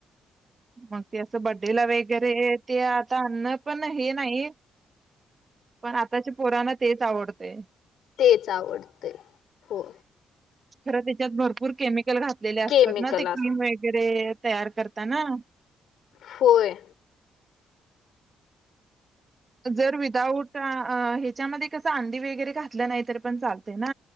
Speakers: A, on the right; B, on the left.
A: माज ते असं बड्डेला वेंगेरे. ते आता आनन पण हे नाही, पण आताची पो. पोरांना तेच आवडतय.
B: तेच आवडतय, हो.
A: खरं तेच्यात भरपूर केमीक कल घातलेले असतात
B: केमिकल
A: ना ते
B: अस
A: क्रीम वेगेरे. तयार करता ना?
B: होय.
A: जर विदाउट आ हे त्याच्यामध्ये कस अंडी वगैरे घातलं नाही तर पण चालतंय ना.